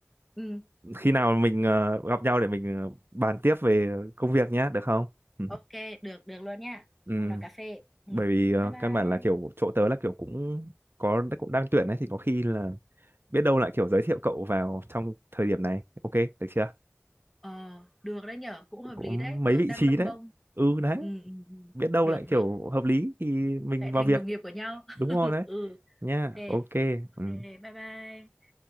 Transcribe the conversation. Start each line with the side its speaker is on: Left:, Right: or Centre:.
Centre: ừ,
Right: khi nào mình ờ, gặp nhau để mình ờ, bàn tiếp về công việc nhé được không ừ.
Centre: ok được được luôn nha
Right: Ừ.
Centre: hôm nào cà phê ừ.
Right: bởi vì ờ,
Centre: bye bye
Right: căn bản là kiểu chỗ tớ là kiểu cũng có cũng đang tuyển đấy thì có khi là biết đâu lại kiểu giới thiệu cậu vào trong thời điểm này ok được chưa
Centre: ờ được đấy nhở cũng
Right: cũng
Centre: hợp
Right: có
Centre: lý
Right: mấy
Centre: đấy tớ
Right: vị
Centre: đang
Right: trí
Centre: lông
Right: đấy
Centre: bông
Right: ừ đấy
Centre: ừ, ừ, ừ.
Right: biết đâu
Centre: được
Right: lại
Centre: được
Right: kiểu hợp lý thì mình
Centre: lại
Right: vào
Centre: thành
Right: việc
Centre: đồng nghiệp của nhau
Right: đúng
Centre: <laughs>
Right: rồi đấy
Centre: ừ
Right: nha
Centre: ok
Right: ok
Centre: ok
Right: ừ.
Centre: bye bye